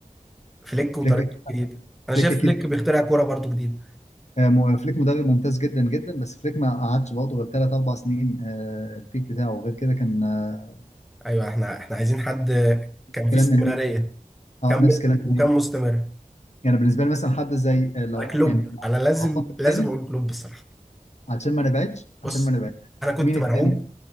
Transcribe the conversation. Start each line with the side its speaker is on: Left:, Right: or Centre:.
Centre: فليك وطريقته
Left: فليك
Centre: الجديده انا
Left: فليك
Centre: شايف
Left: اكيد
Centre: فليك بيخترع كوره برضو جديده
Left: آه، مو- فليك مدرب ممتاز جدا جدا بس فليك ما قعدش برضه غير ثلاث اربع سنين آه، البيك بتاعه غير كده كان آه،
Centre: ايوه احنا احنا عايزين حد كان
Left: كلام
Centre: فيه استمراريه
Left: انريكي اه
Centre: كمل
Left: نفس كلام
Centre: وكان
Left: انريكي
Centre: مستمر
Left: يعني بالنسبه لي مثلا حد زي آه، لو
Centre: انا كلوب
Left: يعني
Centre: انا لازم
Left: هخاطب
Centre: لازم
Left: تاني
Centre: اقول كلوب بصراحه
Left: عشان ما نبعدش عشان
Centre: بص
Left: ما نبعدش
Centre: انا كنت
Left: مين التاني؟
Centre: مرعوب